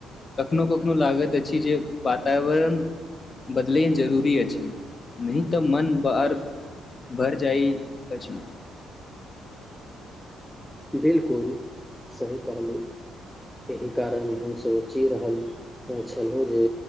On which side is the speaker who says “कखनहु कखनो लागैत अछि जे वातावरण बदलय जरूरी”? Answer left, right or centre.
Left